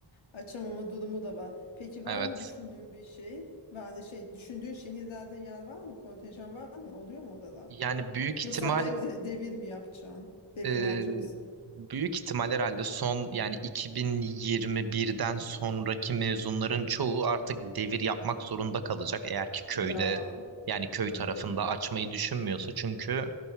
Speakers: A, on the left; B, on the right.
A: açamama durumu da var. Peki var
B: Evet.
A: mı düşündüğün bir şey? Yani şey düşündüğün şehirlerde yer var mı? Kontenjan var mı? Oluyor mu oralar?
B: Yani büyük ihtimal
A: Yoksa devre, devir mi yapacaksın? Devir
B: Ee,
A: mi alacaksın?
B: büyük ihtimal herhalde son yani 2021'den sonraki mezunların çoğu artık devir yapmak zorunda kalacak eğer ki köyde
A: Ya.
B: yani köy
A: hmm.
B: tarafında açmayı düşünmüyorsa çünkü